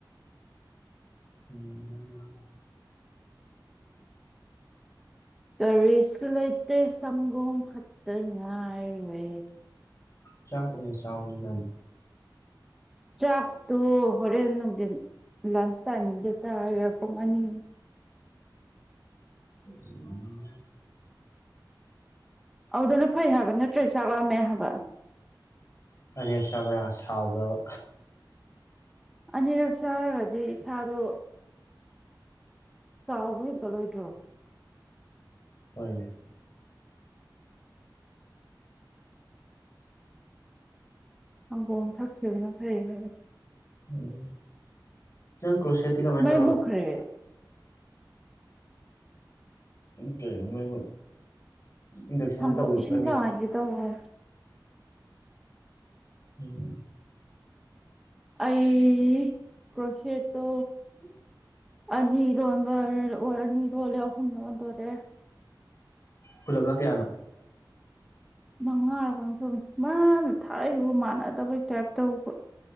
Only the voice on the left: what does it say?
ꯎꯝ
ꯆꯥꯎ ꯆꯅꯤ
ꯎ
ꯑꯅꯦꯛ ꯆꯥꯕ ꯌꯥꯝ ꯁꯥꯎꯕ꯭ꯔꯕ
ꯍꯣꯏꯅꯦ
ꯎꯝ ꯅꯪ ꯀ꯭ꯔꯣꯁꯦꯠꯇꯤ ꯀꯃꯥꯏꯅ
ꯇꯧꯔꯕ
ꯀ ꯃꯦ ꯏꯟꯗꯛꯁꯟꯗ
ꯇꯧꯋꯤ
ꯄꯨꯂꯂꯝꯃꯤ
ꯎꯝ
ꯎꯝ
ꯀꯨꯂꯞ ꯅ ꯀꯌꯥꯅꯣ